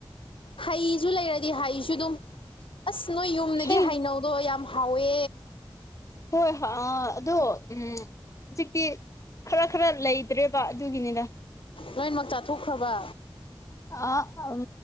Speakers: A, on the left; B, on the left.
A: ꯍꯩꯁꯨ ꯂꯩꯔꯗꯤ ꯍꯩꯁꯨ ꯑꯗꯨꯝ ꯑꯁ ꯅꯣꯏ ꯌꯨꯝꯗꯒꯤ
B: ꯍꯩ
A: ꯍꯩꯅꯧ ꯗꯣ ꯌꯥꯝ ꯍꯥꯎꯋꯦ
B: ꯍꯣꯏ ꯍꯥ ꯑꯗꯣ ꯎꯝ ꯍꯧꯖꯤꯛꯇꯤ ꯈꯔ ꯈꯔ ꯂꯩꯇ꯭ꯔꯦꯕ ꯑꯗꯨꯒꯤꯅꯤꯗ
A: ꯂꯣꯏꯃꯛ ꯆꯥꯊꯣꯛꯈ꯭ꯔꯕ
B: ꯑꯥ ꯑꯝ